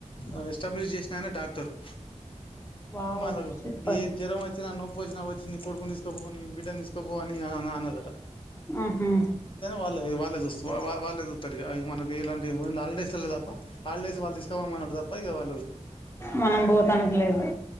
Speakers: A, on the left; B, on the left.
A: ఆ ఎస్టాబ్లిష్ చేసినా ఆయన డాక్టరు
B: వావ్
A: మాలాగ
B: సూపర్
A: ఏం జ్వరం వచ్చి వచ్చినా నొప్ప వచ్చా వచ్చి నీ కొడుకుని తీసుకోపో ను నీ బిడ్డ తీసుకోపో అని అనారట
B: ఆహా
A: వాళ్ళే వాళ్ళే చూస్త వా వాళ్ళే చూస్తారు మనకి ఇలాంటి హాలిడేస్ తప్ప హాలిడేస్ వాళ్ళు తీసుకోవమన్నాడు తప్ప ఇక వాళ్ళు
B: మనం పోతానికి లేదు